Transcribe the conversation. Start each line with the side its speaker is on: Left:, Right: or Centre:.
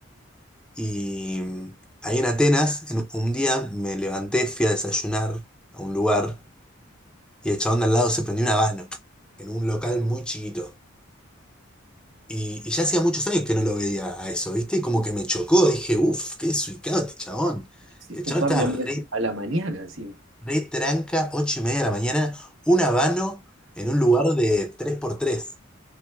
Centre: y mm, ahí en Atenas, en- un día me levanté, fui a desayunar a un lugar y el chabón de al lado se prendió un habano en un local muy chiquito. Y, y ya hacía muchos años que no lo veía a eso, ¿viste? Y como que me chocó, dije, uff, qué desubicado este chabón.
Right: Sí,
Centre: Y
Right: Fumando
Centre: el chabón estaba
Right: mira,
Centre: re
Right: a la mañana encima.
Centre: retranca, 8 y media de la mañana, un habano en un lugar de tres por tres